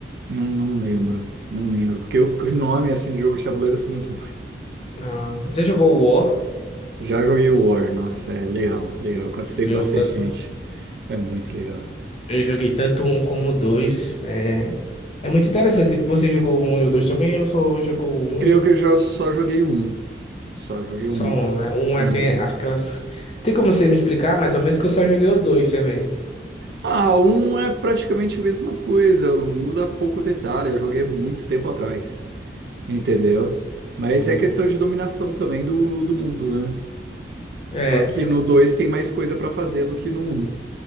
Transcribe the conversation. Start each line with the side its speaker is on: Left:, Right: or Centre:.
Right: Não, não lembro. Não lembro. Porque o o nome assim de jogo de tabuleiro eu sou muito. ruim.
Left: Ah, já jogou o War?
Right: Já joguei War. Nossa, é legal, legal. Quando
Left: Joguei
Right: você tem bastante
Left: o tanto.
Right: gente, é muito legal.
Left: Eu joguei tanto um como o dois. É, é muito interessante. Você jogou o um e o dois também? Eu só jogou o um.
Right: Creio que eu já só joguei um. Só joguei
Left: Só
Right: um.
Left: um, né? O um
Right: Uhum.
Left: é- tem aquelas. Tem como você me explicar mais ou menos que eu só joguei o dois também.
Right: Ah, um é praticamente a mesma coisa, muda pouco detalhe. Eu joguei muito tempo atrás, entendeu? Mas
Left: Hum.
Right: é questão de dominação também do, do mundo, né?
Left: É.
Right: Só que no 2 tem mais coisa pra fazer do que no um,